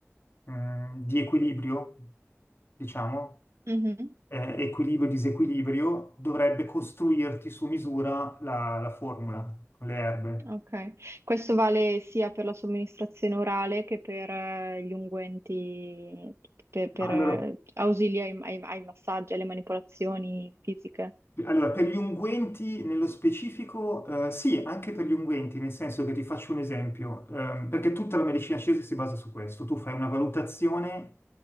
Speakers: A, on the left; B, on the right.
A: mh, mh, di equilibrio, diciamo,
B: Mhm.
A: eh, equilibrio-disequilibrio, dovrebbe costruirti su misura la, la formula con le erbe.
B: Ok, questo vale sia per la somministrazione orale che per eh, gli unguenti, per, per,
A: Ah, Allora,
B: eh, ausili ai, ai- ai massaggi, alle manipolazioni fisiche.
A: Allora, per gli unguenti nello specifico, eh, sì, anche per gli unguenti, nel senso che ti faccio un esempio, ehm, perché tutta la medicina cinese si basa su questo. Tu fai una valutazione,